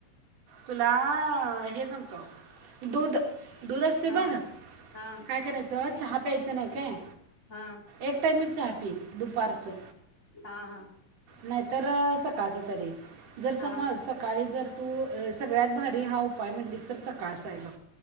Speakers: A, on the right; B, on the left.
A: तुला. हे सांगतो दूध दूध असते
B: हा
A: बघ
B: हा
A: काय करायचं चहा प्यायचं नाही काय
B: हा
A: एक टाइमच चहा पी. दुपारचं.
B: हा हा हा
A: नाहीतर सकाळच तरी जर समज
B: हा
A: सकाळी जर तू. सगळ्यात भारी हा उपाय म्हनलीस तर सकाळचा हाय बघ.